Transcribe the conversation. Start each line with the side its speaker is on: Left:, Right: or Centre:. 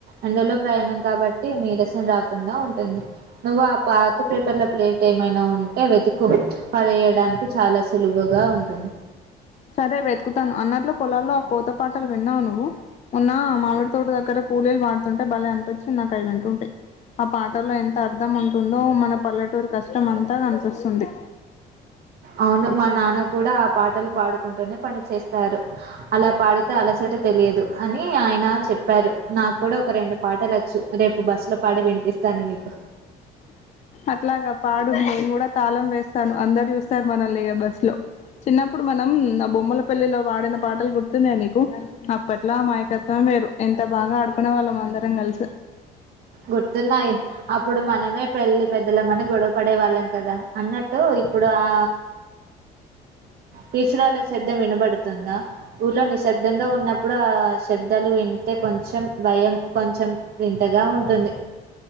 Right: ఎండల్లో ప్రయాణం కాబట్టి నీరసం రాకుండా ఉంటుంది నువ్వు ఆ పాత పేపర్ల ప్లేట్ ఏమైనా ఉంటే వెతుకు పడేయడానికి చాలా సులువుగా ఉంటుంది
Left: సరే వెతుకుతాను అన్నట్లు పొలాల్లో ఆ కోత పాటలు విన్నావా నువ్వు మొన్నా.. మామిడి తోట దగ్గర కూలీలు వాటి టే భలే అనిపించి నాకు అవి వింటుంటె ఆ పాటల్లో ఎ అర్థం ఉంటుందో మన పల్లెటూరు కష్టం అంతా ఆనిపిస్తుంది
Right: అవును మా నాన్న కూడా ఆ పాటలు పాడు అంటూనే పని చేస్తారు అలా పాడు అ అలసట తెలియదు అని ఆయన చెప్పారు నాకు కూడా ఒక రెండు పాటలచ్చు రేపు బస్సులో పాడి వినిపిస్తాను నీకు
Left: అట్లాగా పాడు నేను కూడా తాళం వేస్తాను అందరు చూస్తారు మనల్ని లేగ బస్సు లో చిన్నప్పుడు మనం బొమ్మల పెల్లిలో పాడిన పాటలు గుర్తున్నా నీకు అప్పట్లా అమాయకత్వం వేరు ఎంత బాగా ఆడుకునే వాళ్ళం అందరం కలిసి
Right: గుర్తున్నాయి అప్ ప్పుడు మనమే పెళ్లి పెద్ద అందుల మని గొడవ పడే వాళ్ళం కదా అన్నట్టు ఇప్పుడు ఆ టీచుర్ళ్ శబ్దం వినబడుతుందా ఊర్లో నిశ్శబ్దంగా ఉన్నప్పుడు ఆ శబ్ పెద్దలు వింటే కొంచెం భయం కొంచెం వింతగా ఉంటు ఉంటుంది